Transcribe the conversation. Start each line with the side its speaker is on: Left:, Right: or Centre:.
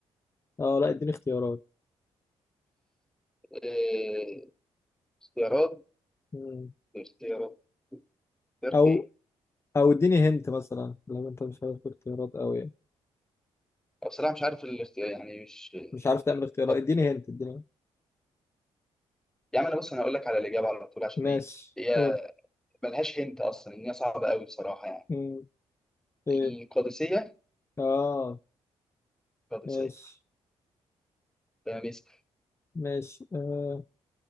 Left: اه لا اديني اختيارات
Centre: إيه اختيارات
Left: مم.
Centre: اختيارات اختيارات
Left: أو
Centre: ايه
Left: أو اديني هنت مثلا لو أنت مش عارف اختيارات أوي يعني.
Centre: أو بصراحة مش عارف الاختيار يعني مش
Left: مش عارف تعمل اختيارات
Centre: طب
Left: اديني هنت اديني
Centre: يا عم انا بص انا هقول لك على الإجابة على طول عشان
Left: ماشي
Centre: ايه هي
Left: قول
Centre: ملهاش هنت اصلا ان هي صعبة قوي بصراحة يعني
Left: مم. ايه
Centre: القادسية
Left: اه
Centre: القادسية
Left: ماشي
Centre: تمام يس-
Left: ماشي آه.